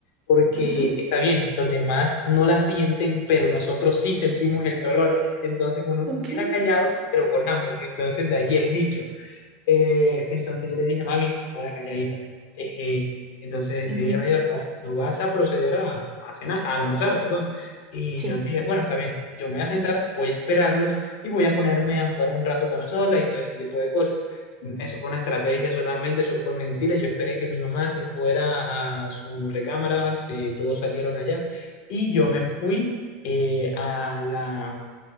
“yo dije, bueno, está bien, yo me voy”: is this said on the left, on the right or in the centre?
Left